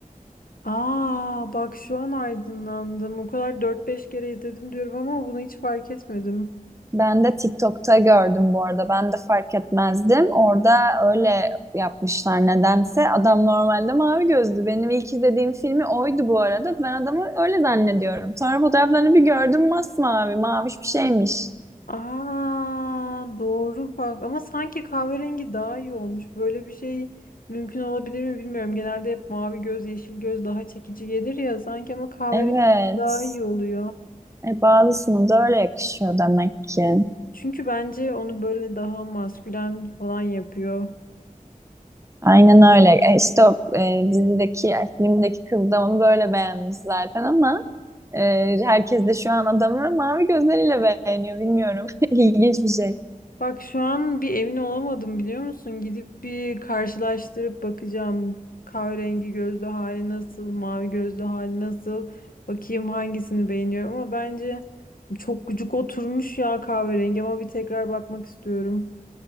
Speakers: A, on the left; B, on the right.
A: Aa bak şu an aydınlandım. O kadar dört beş kere izledim diyorum ama bunu hiç fark etmedim.
B: Ben de TikTok'ta gördüm bu arada. Ben de fark etmezdim. Orada öyle yapmışlar nedense. Adam normalde mavi gözlü. Benim ilk izlediğim filmi oydu bu arada. Ben adamı öyle zannediyorum. Sonra fotoğraflarını bir gördüm masmavi, maviş bir şeymiş.
A: Aa, doğru bak ama sanki kahverengi daha iyi olmuş. Böyle bir şey mümkün olabilir mi bilmiyorum. Genelde hep mavi göz, yeşil göz daha çekici gelir ya sanki ama kahverengi
B: Evet.
A: daha iyi oluyor.
B: E, bazısının da öyle yakışıyor demek ki.
A: Çünkü bence onu böyle daha maskülen falan yapıyor.
B: Aynen öyle. E, işte o e, dizideki, e, filmdeki kız da onu böyle beğenmiş zaten ama e, herkes de şu an adamı mavi gözleriyle beğeniyor. Bilmiyorum. <laughs> İlginç bir şey.
A: Bak şu an bir emin olamadım biliyor musun? Gidip bir karşılaştırıp bakacağım. Kahverengi gözlü hali nasıl, mavi gözlü hali nasıl? Bakayım hangisini beğeniyorum ama bence çok gıcık oturmuş ya kahverengi ama bir tekrar bakmak istiyorum.